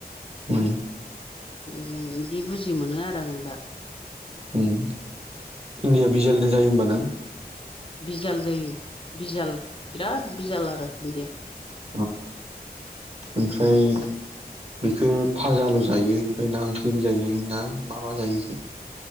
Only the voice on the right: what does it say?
उम।
उम भिन्दिया बिजालदो जायो होमबा ना
अम ओमफ्राय बेखो भाजाल' जायो ओमफ्राय ना ओंख्रिबो जायो ना मा मा जायो इखो?